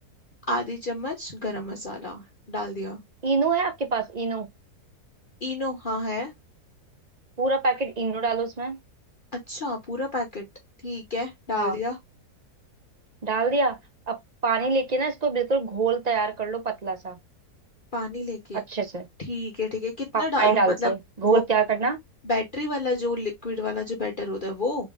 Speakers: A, on the left; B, on the right.
A: आधी चम्मच गरम मसाला डाल दिया
B: इनो है आपके पास इनो
A: इनो हाँ है
B: पूरा पैकेट इनो डालो उसमें
A: अच्छा पूरा पैकेट ठीक है डाल
B: हाँ
A: दिया
B: डाल दिया अब पानी लेके ना इसको बिल्कुल घोल तैयार कर लो पतला सा
A: पानी लेके
B: अच्छे से
A: ठीक है ठीक है कितना
B: पानी
A: डालूं
B: डाल
A: मतलब
B: के घोल
A: वो
B: तैयार करना
A: बैटरी वाला जो लिक्विड वाला जो बैटर होता है वो